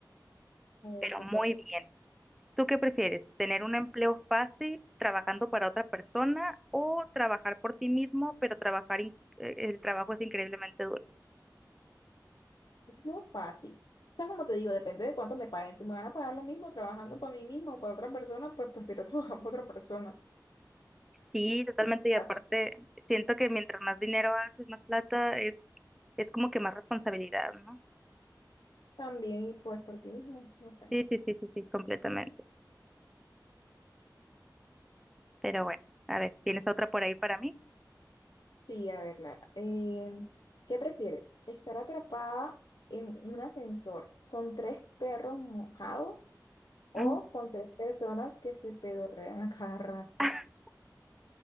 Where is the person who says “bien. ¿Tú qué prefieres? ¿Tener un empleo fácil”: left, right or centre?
Centre